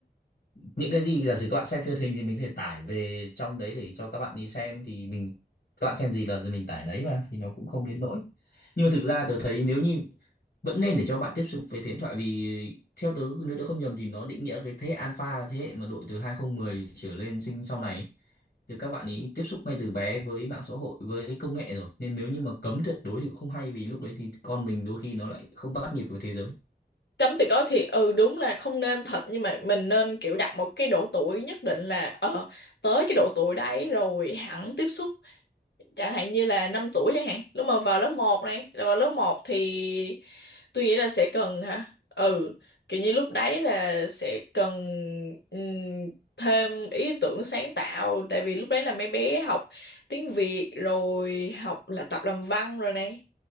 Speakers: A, on the left (about 60°); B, on the left (about 80°).
A: những cái gì giả sử các bạn xem trên hình thì mình phải tải về trong đấy để cho các bạn đi xem thì mình các bạn xem gì là mình tải đấy mà thì nó cũng không đến nỗi nhưng mà thực ra tớ thấy nếu như vẫn nên để cho bạn tiếp xúc với thế hệ điện thoại vì theo tớ nếu tớ không nhầm thì nó định nghĩa cái thế hệ alpha là thế hệ mà đội từ 2010 trở lên sinh sau này thì các bạn ấy tiếp xúc ngay từ bé với mạng xã hội với công nghệ rồi nên nếu như mà cấm tuyệt đối thì cũng không hay vì lúc đấy thì con mình đôi khi nó lại không bắt nhịp với thế giới
B: cấm tuyệt đối thì ừ đúng là không nên thật nhưng mà mình nên kiểu đặt một cái độ tuổi nhất định là ờ tới cái độ tuổi đấy rồi hẳn tiếp xúc chẳng hạn như là 5 tuổi chẳng hạn lúc mà vào lớp một này là vào lớp một thì tôi nghĩ là sẽ cần hả ừ kiểu như lúc đấy là sẽ cần ừm, thêm ý tưởng sáng tạo tại vì lúc đấy là mấy bé học tiếng Việt rồi học là tập làm văn rồi này